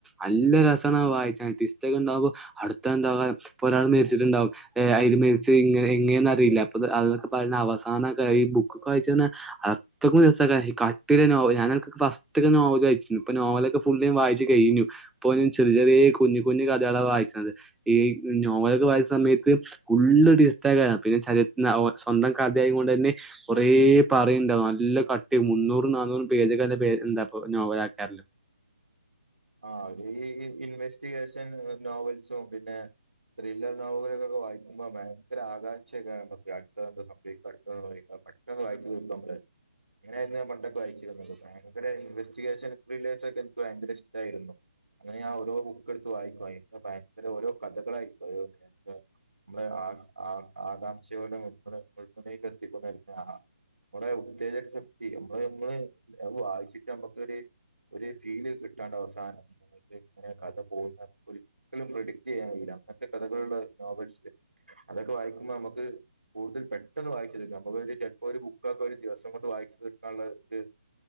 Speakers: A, in the centre; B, on the right.
A: അല്ല രസാണഹ് വായ്ചാൻ ടിസ്റ്റൊക്കെണ്ടാവുമ്പൊ അട്ത്തെന്താകും പ്പൊരാൾ മെര്ച്ചിട്ടുണ്ടാവും എ അയാള് മെരിച്ചെ ഇങ്ങനെ എങ്ങനനെന്ന് അറീല പ്പത് അഒക്കെ പറിണ അവസാനക്കെ ഈ ബുക്കൊക്കെ വായ് ച്ച്നെ അത്രക്കും രസേക്കാരം ഈകട്ടിള്ള നോവൽ ഞാനൻക്ക് ഫസ് റ്റൊക്കെ നോവലായ്ചീനി പ്പോ നോവലൊക്കെ ഫുള്ള് ഞാൻ വായിച്ചു കെയ്ഞ്ഞു പ്പം ചെറി ചെറ്യേ കുഞ്ഞു കുഞ്ഞു കഥകളാ വായിച്ച്ണത് ഈ നോവലൊക്കെ വായിച്ച സമയത്ത് ഫുള്ള് ടിസ്റ്റെക്കാരം പിന്നെ ചരി ഒ സ്വന്തം കഥആയെകൊണ്ടെന്നേ കൊറേ പറിണ്ടാവും നല്ല കട്ടി മുന്നൂറും നാന്നൂറും പേജൊക്കെല്ല എന്താപ്പ നോവലേക്കാരംല്ലോ
B: ആഹ് അത് ഈ ഇൻവെസ്റ്റിഗേഷൻ നോവൽസും പിന്നെ ത്രില്ലർ നോവലുകളൊക്കെ വായിക്കുമ്പോ ഭയങ്കര ആകാംക്ഷേക്കാരം കേട്ടപ്പോ അട്ത്തെ ന്താ സംഭവിക്ക അട് ത്തെ <unintelligible> പെട്ട് ക്കെ അങ്ങള് വായിച്ച് ക്കൂട്ടും അമ്മള് <unintelligible> ങ്ങനെ <unintelligible> പണ്ടൊ ക്കെ വായിച്ചിരുന്നത് ഭയങ്കര ഇൻവെസ്റ്റിഗേഷൻ ത്രിലേസൊക്കെനിക്ക് ഭയങ്കര ഇഷ്ട്ടായിരുന്നു അങ്ങനെ ഞാൻ ഓരോ ബുക്കെടുത്ത് വായിക്കും അഇന്ക് ഭയങ്കര ഓരോ കഥകളായിരിക്കും മ്മളെ ആ ആ ആകാംക്ഷയോടെ മുൾ മുന മുൾമുനയിൽ നിർത്തിക്കൊണ്ട് അത് കാണാ മ്മളെ ഉത്തേജക ശക്തി നമ്മള് നമ്മള് അയ് വായിച്ചിട്ട് ഞമ്മക്കൊര് ഒരു ഫീല് കിട്ടാണ്ട് അവസാനം ന്നട്ട് ഇങ്ങനെ കഥ പോവുന്നെ ഒരിക്കലും പ്രെഡിക്ടെയ്യാൻ കയ്യൂല അങ്ങൻത്തെ കഥകളുള്ള നോവൽസ് അതൊക്കെ വായിക്കുമ്പഅമ്മക്ക് കൂടുതൽ പെട്ടെന്ന് വായിച്ചെടുക്കാ അമ്മളൊരു ചിലപ്പോ ഒരു ബുക്കൊക്കെ ഒരു ദിവസം കൊണ്ട് വായിച്ചു തീർക്കാള്ളത്